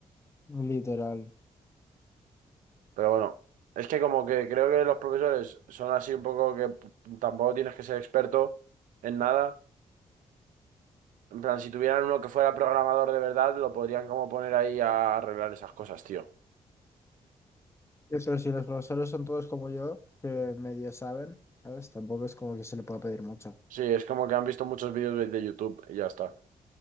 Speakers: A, on the left; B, on the right.
A: literal.
B: Pero bueno, es que como que creo que los profesores son así un poco que p- tampoco tienes que ser experto en nada. En plan, si tuvieran uno que fuera programador de verdad, lo podrían como poner ahí a arreglar esas cosas, tío.
A: Eh, Pero si los profesores son todos como yo, que medio saben, ¿sabes? Tampoco es como que se le pueda pedir mucho.
B: Sí, es como que han visto muchos vídeos de de YouTube y ya está.